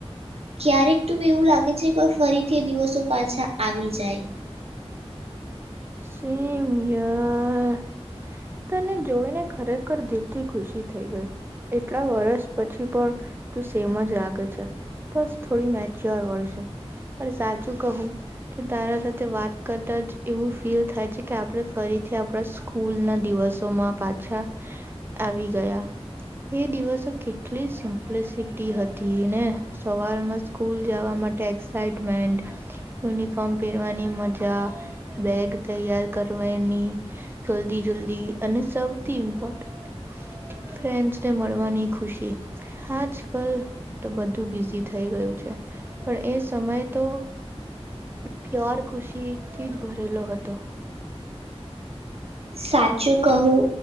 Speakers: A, on the right; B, on the right.
A: ક્યારેક ત એવું લાગે છે કે ફરીથી દિવસો પાછા આવી જાય.
B: સમય તને જોઈને ખરેખર દિલથી ખુશી થઈ ગઈ એટલા વર્ષ પછી પણ તું સેમ જ લાગે છે બસ થોડી મેચ્યોર વર્ છેન પણ સાચું કહું તો તારા સાથે વાત કરતા જ એવું. ફીલ થાય છે કે આપણે ફરીથી આપણા સ્કૂલ ના દિવસોમાં પાછા આવી ગયા એ દિવસો કેટલી સિમ્પ્લસિટી હતી ને સવારમાં સ્કૂલ જવા માટે એક્સાઈટમેન્ટ યુનિફોર્મ પહેરવાની મજા બેગ. તૈયાર કરવાની જલ્દી જલ્દી અને સૌથી ઇમ્પોર્ટ ફન્ડસ ને મળવાની ખુશી આજ કલ તો બધું બિઝી થઈ ગયું છે પણ એ સમય તો. પ્યર ખુશી થી જ ભરેલો હતો.
A: સાચું કહું